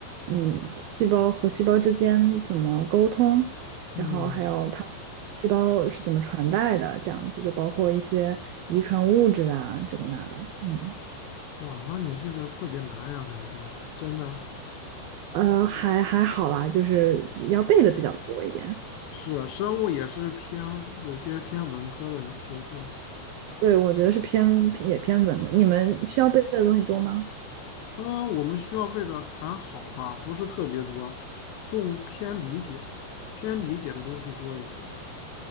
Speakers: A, on the right (about 80°); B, on the left (about 75°).
A: 嗯，细胞和细胞之间怎么沟通，然后还有它们细胞是怎么传代的，
B: 嗯，
A: 这样子就包括一些遗传物质啊，这个那的，嗯。
B: 哇，那你这个特别难呀，感觉真的
A: 呃，还还好吧，就是要背的比较多一点。
B: 是生物也是偏有些偏文科的属性。
A: 对，我觉得是偏也偏文的。你们需要背的东西多吗？
B: 嗯，我们需要背的还好吧，不是特别多，重偏理解，偏理解的东西多一些。